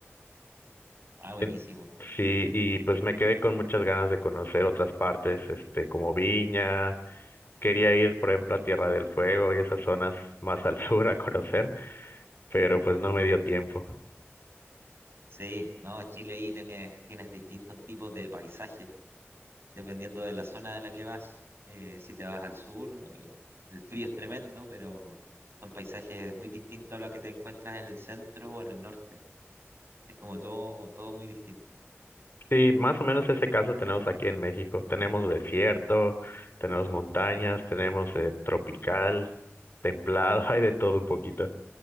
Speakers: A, on the right; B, on the left.
A: Ah, buenísimo.
B: En- Sí, y pues me quedé con muchas ganas de conocer otras partes, este, como Viña, quería ir, por ejemplo, a Tierra del Fuego y esas zonas más al <laughs> sur a conocer pero pues no me dio tiempo.
A: Sí, no, Chile ahí tiene- tienes distintos tipos de paisajes. dependiendo de la zona de la que vas. Eh, si te vas al sur, eh, el frío es tremendo, pero son paisajes muy distintos a los que te encuentras en el centro o en el norte. Es como todo, todo muy distinto,
B: Sí, más o menos ese caso tenemos aquí en México. Tenemos desierto, tenemos montañas, tenemos eh, tropical, templado, <laughs> hay de todo un poquito.